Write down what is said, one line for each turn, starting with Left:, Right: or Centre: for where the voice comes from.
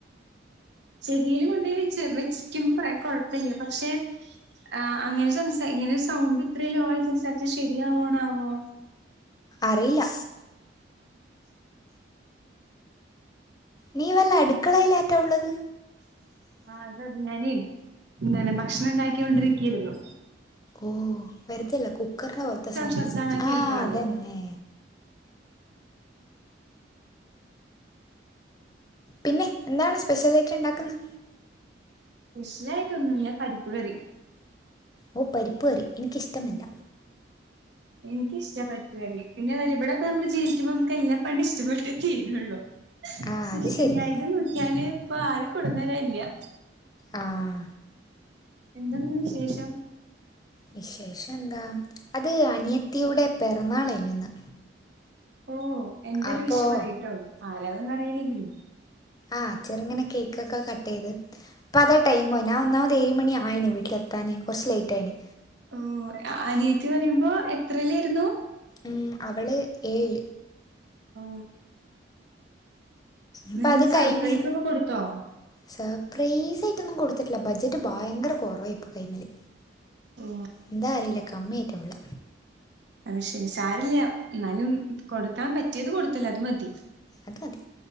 Right: ചെവീല് കൊണ്ടോയി വെച്ച് വെച്ചിട്ടും പ്ര കൊഴപ്പല്ല്യ പക്ഷെ ആഹ് അങ്ങനെ സംസാ ഇങ്ങനെ സൗണ്ട് ഇത്രേം ലോ ആയി സംസാരിച്ചാ ശരിയാവണാവോ
Left: അറിയില്ല നീ വല്ല അടുക്കളയിലാട്ടാ ഉള്ളത്
Right: അത് ഇങ്ങനിം ഇങ്ങനെ ഭക്ഷണം ഇണ്ടാക്ക്യോണ്ടിരിക്കെര്ന്നു
Left: ഓഹ് വെറ്തെല്ല കുക്കറിന്റെ പോലത്തെ സൗണ്ട്
Right: ശബ്ദാണ് കേൾക്കണത്
Left: ആഹ് അതന്നെ പിന്നെ എന്താണ് സ്പെഷ്യലായിട്ട് ഇണ്ടാക്ക്ന്നേ
Right: സ്പെഷ്യലായിട്ടോന്നുല്ല പരിപ്പ് കറി
Left: ഓഹ് പരിപ്പ്‌കറി എനിക്കിഷ്ട്ടമല്ല
Right: എനിക്ക് ഇഷ്ടാ മരിക്കാന് പിന്നെ ഇവിടെ ഇപ്പ നമ്മള് ജീവിക്ക നമുക്ക് എല്ലാ പാണ്ട് ഇഷ്ടപ്പെട്ട് തീരുള്ളൂ
Left: ആ അത്
Right: ഇഷ്ടില്ലായ്
Left: ശരിയാ
Right: നോക്കിയാല് ഇപ്പൊ ആരും കൊടുന്നരാൻല്യാ
Left: ആഹ്
Right: എന്താ നിങ്ങളെ വിശേഷം
Left: വിശേഷന്താ അത് അനിയത്തിയുടെ പെറന്നാളേനു ഇന്ന്
Right: ഓഹ് എന്റോരു
Left: അപ്പോൾ
Right: വിഷ് പറയ്ട്ടോ ആരാന്നൊന്നും അറിയില്ലെങ്കിലും
Left: ആഹ് ചെറ്ങ്ങനെ കേക്കൊക്കെ കട്ടെയ്ത് ഇപ്പ അതാ ടൈമ് ഞാൻ ഒന്നാമത് ഏഴ് മണി ആയിന് വീട്ടിലെത്താന് കൊറച്ച് ലൈറ്റായിന്
Right: ഓഹ് അനിയത്തി പറയുമ്പോ എത്രേലേരുന്നു
Left: ഉം അവള് എഴിൽ
Right: ഓ
Left: അപ്പം
Right: നിന്റെന്ന്
Left: അത്
Right: സർപ്രൈസ
Left: കഴിഞ്ഞ്
Right: ഒക്കെ കൊടുത്തോ
Left: സർപ്രൈസ് ആയിട്ടൊന്നും കൊടുത്തിട്ടില്ല ബഡ്ജറ്റ് ഭയങ്കര കുറവായി ഇപ്പൊ കൈ്മല്
Right: ഓ
Left: എന്താ അറിയില്ല കമ്മി ആയിറ്റാ ഉള്ള
Right: അത് ശരി സാരല്ല്യഎന്നാലും കൊടുക്കാൻ പറ്റിയത് കൊടുത്തല്ല അത് മതി
Left: അത് മതി